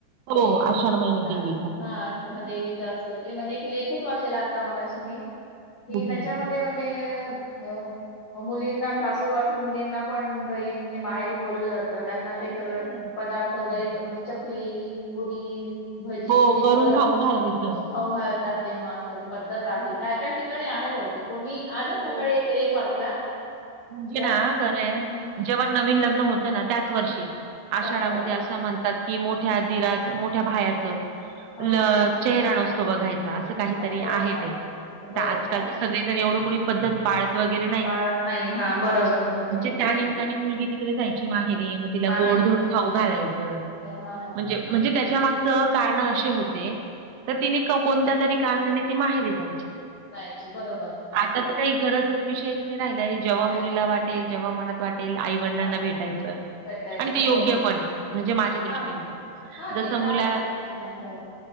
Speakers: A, on the left; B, on the right.
A: हे
B: हो आषाढ महिन्यात
A: हां,
B: देवीच.
A: हां, देवीचा असतो. ते म्हणजे एक लेखच वाचलेला आत्ता मागाशी मी की
B: ओके
A: त्याच्यामध्ये.
B: ओके
A: म्ह हो. मुलींना सासूरवासीन मुलींना पण घरी म्हणजे माहेरी बोलवलं जात. तर त्यांना
B: हो
A: ते सगळं
B: बोलवलं ना
A: पदार्थ वगैरे
B: हो
A: म्हणजे चकली पुरी. भजी
B: हो,
A: हे
B: करून
A: सगळं
B: खाऊ घालायचं
A: खाऊ घालतात. तेव्हा अशी पद्धत आहे. काय काय ठिकाणी आहे बहुतेक मी आजच
B: हो
A: सकाळी
B: हो
A: एक लेख वाचला.
B: म्हणजे
A: त्याचा
B: ना खरं
A: हम्म,
B: जेवण नवीन लग्न होतं ना त्याचं वर्षी. आषाढामध्ये
A: त्याचवरती
B: असं म्हणतात की, मोठ्या दिराच मोठ्या भायाचं.
A: हा
B: ल
A: हा हा हा
B: चेहरा नसतो बघायचा, असं काहीतरी
A: अच्छा, हो
B: आहे
A: का
B: ते.
A: अच्छा,
B: आ
A: हो
B: आजकाल
A: काय
B: तर सगळेजण एवढं कोणी पद्धत पाळत वगैरे नाहीत.
A: पाळत नाही हा बरोबर. बरोबर
B: म्हणजे त्या‌ निमित्तानी मुलगी तिकडे जायची माहेरी. मग तिला
A: माहेर
B: गोडधोड
A: हा
B: खाऊ घालायचं.
A: हा हा
B: म्हणजे
A: हा
B: म्हणजे त्यांच्या माग च कारण असे होते. तर
A: हम्म,
B: तिने कोणत्या तरी कारणाने ती माहेरी जायची.
A: जायची बरोबर.
B: आता तर काही गरजच विषयच नाही राहिला. जेव्हा
A: माहेराला
B: मुलीला वाटेल जेव्हा मनात वाटे ते आईवडिलांना
A: जात
B: भेटायचं.
A: भेटायचं
B: आणि ते योग्य
A: हो हो
B: पण
A: हो
B: ये. म्हणजे माझ्या दृष्टीने
A: हा
B: तरी
A: हा
B: जसं
A: ते तर
B: मुला
A: आहेच प्रश्नच नाही हो